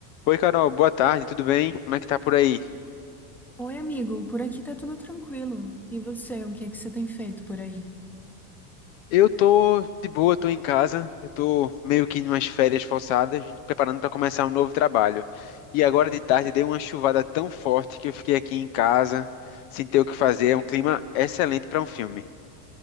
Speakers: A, on the left; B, in the centre.
A: Oi, Carol, boa tarde, tudo bem? Como é que tá por aí?
B: Oi, amigo, por aqui tá tudo tranquilo. E você, o que é que você tem feito por aí?
A: Eu tô de boa, tô em casa, eu tô meio que em umas férias forçadas, preparando para começar um novo trabalho. E agora de tarde deu uma chuvada tão forte que eu fiquei aqui em casa, sem ter o que fazer, é um clima excelente para um filme.